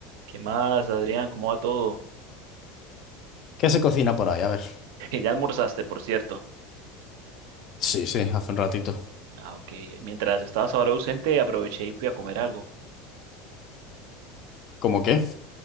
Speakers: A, on the right; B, on the left.
A: ¿Qué más, Adrián? ¿Cómo va todo?
B: ¿Qué se cocina por ahí? A ver.
A: <laughs> Ya almorzaste, por cierto.
B: Sí, sí, hace un ratito.
A: Ah, ok. Mientras estabas ahora ausente, aproveché y fui a comer algo.
B: ¿Cómo qué?